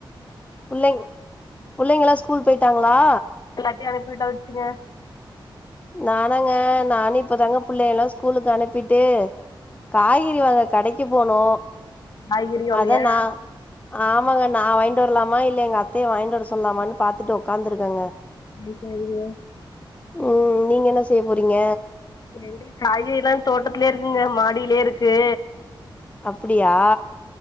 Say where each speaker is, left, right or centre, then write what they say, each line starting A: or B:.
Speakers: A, on the left; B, on the left.
A: புள்ளை புள்ளைங்கலா ஸ்கூல் போயிட்டாங்களா
B: தையு அனுப்பி விட்டாச்சுங்க
A: நானாங்க நானு இப்பதாங்க புள்ளையெல்லா ஸ்கூலுக்கு அனுப்பிட்டு காய்கறி வாங்க கடைக்கு போனோ
B: காய்கறி வாங்கயா
A: அதா நா ஆமாங்க நா வாயின் டு வர்லாமா இல்ல எங்க அத்தைய வாங்கிட் வர சொல்லாமானு பாத்துட்டு ஒக்காந்துருக்கேங்க
B: <unintelligible>
A: உம் நீங்க என்ன செய்ய போறீங்க
B: எங்களுக் காய்கறிலா தோட்டத்துலே இருக்குங்க மாடியிலே இருக்கு
A: அப்புடியா